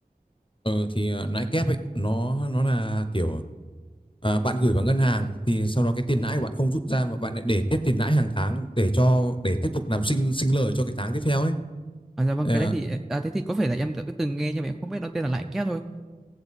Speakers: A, on the left (about 35°); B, in the centre.
A: ờ, thì ờ, lãi kép ấy nó nó là kiểu à, bạn gửi vào ngân hàng thì sau đó cái tiền lãi của bạn không rút ra mà bạn lại để tiếp tiền lãi hàng tháng để cho để tiếp tục làm sinh sinh lời cho cái tháng tiếp theo ấy
B: à, dạ vâng
A: à,
B: cái đấy thì à, thế thì có phải là em đã từng nghe nhưng mà em không biết nó tên là lãi kép thôi